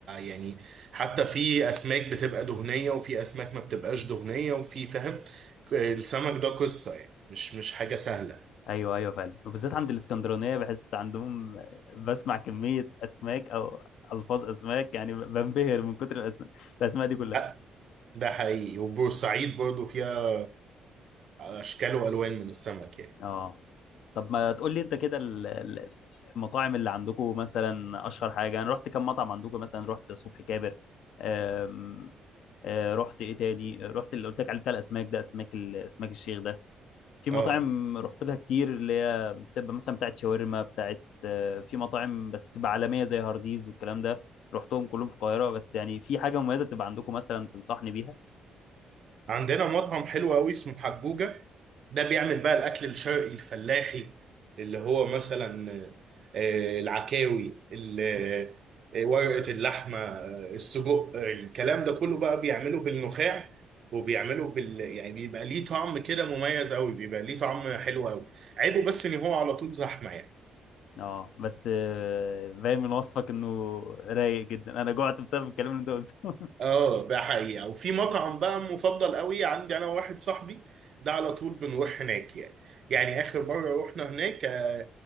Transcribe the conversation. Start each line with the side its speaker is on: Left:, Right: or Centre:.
Right: يعني حتى في اسماك بتبقى دهنيه وفي اسماك ما بتبقاش دهنيه وفي فاهم السمك ده قصه يعني مش مش حاجه سهله
Left: ايوه ايوه فعلا وبالذات عند الاسكندرانيه بحس عندهم بسمع كميه اسماك او الفاظ اسماك يعني بنبهر من كتر الاسماء الاسماء دي كلها
Right: لا ده حقيقي وبورسعيد برضو فيها اشكال والوان من السمك يعني
Left: اه طب ما تقول لي انت كده ال- ال- ال- المطاعم اللي عندكم مثلا اشهر حاجه انا رحت كم مطعم عندكم مثلا رحت صبحي كابر أم... آه، رحت ايه تاني رحت اللي قلت لك عليه بتاع الاسماك ده اسماك ال- اسماك الشيخ ده في
Right: اه
Left: مطاعم رحت لها كتير اللي هي بتبقى مثلا بتاعت شاورما بتاعت آه، في مطاعم بس بتبقى عالمية زي هارديز والكلام ده رحتهم كلهم في القاهرة بس يعني في حاجة مميزة بتبقى عندكم مثلا تنصحني بيها
Right: عندنا مطعم حلو قوي اسمه حجوجة ده بيعمل بقى الاكل الشرقي الفلاحي اللي هو مثلا آه، العكاوي ال- آه، ورقة اللحمة آه، السجق آه، الكلام ده كله بقى بيعمله بالنخاع وبيعمله بال يعني بيبقى ليه طعم كده مميز قوي بيبقى ليه طعم حلو قوي عيبه بس ان هو على طول زحمة يعني
Left: اه بس آه، باين من وصفك انه رايق جدا انا جوعت بسبب الكلام اللي انت قلته
Right: اه ده حقيقة وفي مطعم بقى مفضل قوي عندي انا وواحد صاحبي ده على طول بنروح هناك يعني يعني اخر مرة رحنا هناك آه،